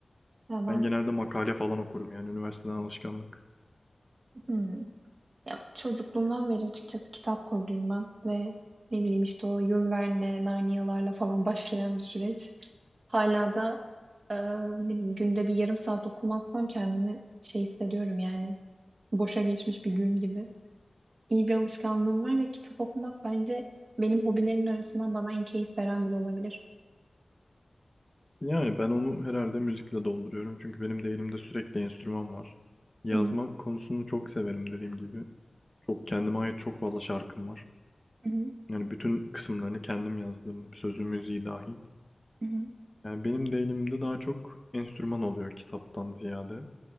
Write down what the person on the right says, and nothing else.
Ya ben
hmm. Ya çocukluğumdan beri açıkçası kitap kurduyum ben ve ne bileyim işte o Jules Verne, Narnia'larla falan <laughs> başlayan bir süreç. Hala da e, ne bileyim, günde bir yarım saat okumazsam kendimi şey hissediyorum yani boşa geçmiş bir gün gibi. İyi bir alışkanlığım var ve kitap okumak bence benim hobilerin arasından bana en keyif veren bile olabilir.
Hı
hı hı.
hı.